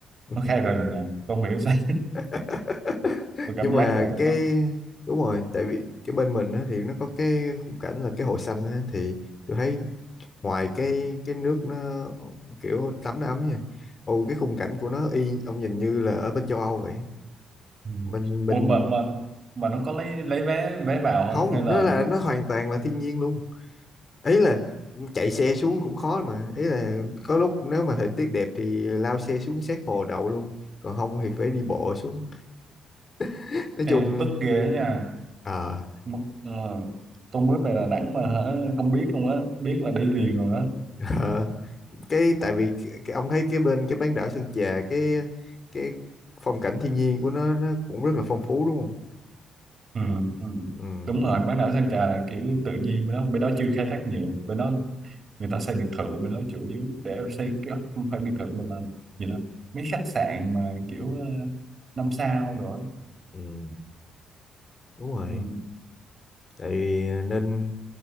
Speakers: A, on the left; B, on the right.
A: Ừ.
B: nó khai rừng à. Tôi không hiểu sao
A: <laughs>
B: <laughs> tôi cảm
A: nhưng mà
B: giác là
A: cái
B: nó
A: đúng rồi tại vì cái bên mình á, thì nó có cái khung cảnh là cái hồ xanh á, thì tôi thấy ngoài cái cái nước nó kiểu tắm nó ấm nha ồ cái khung cảnh của nó y ông nhìn như là ở bên châu Âu vậy
B: ừ.
A: mình mình
B: Ủa mà mà mà nó có lấy lấy vé vé vào
A: không
B: không hay là
A: nó là nó hoàn toàn là thiên nhiên luôn ý là chạy xe xuống cũng khó mà ý là có lúc nếu mà thời tiết đẹp thì lao xe xuống sát hồ đậu luôn còn không thì phải đi bộ xuống <laughs> nói
B: ê,
A: chung
B: tức ghê đó nha
A: ờ
B: M- ờ, tôi mới về Đà Nẵng mà hả không biết luôn á biết là đi liền rồi á
A: <laughs> cái tại vì cái, cái ông thấy cái bên cái bán đảo Sơn Trà cái cái phong cảnh thiên nhiên của nó nó cũng rất là phong phú đúng không?
B: ừ, ừ.
A: Ừ,
B: đúng rồi bán đảo Sơn Trà là kiểu tự nhiên bên đó bên đó chưa khai thác nhiều bên đó người ta xây biệt thự bên đó chủ yếu để xây cái không phải biệt thự mà là gì đó mấy khách sạn mà kiểu ờ, năm sao đó
A: ừ, đúng rồi.
B: ừ,
A: Tại vì nên